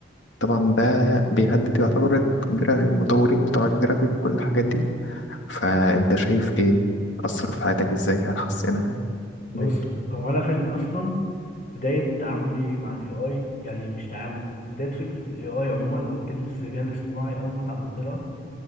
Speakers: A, on the left; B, on the left.
A: طبعا ده بيهدد يعتبر الجرا- المطورين بتوع الجرافيك وكل الحاجات دي فانت شايف ايه اثر في حياتك ازاي هل حسنها
B: بص
A: ازاي
B: هو انا كان اصلا بدايه تعاملي مع الاي اي يعني مش تعامل بدايه فكره الاي اي عموما او كلمه الذكاء الاصطناعي اول ما تعرضت لها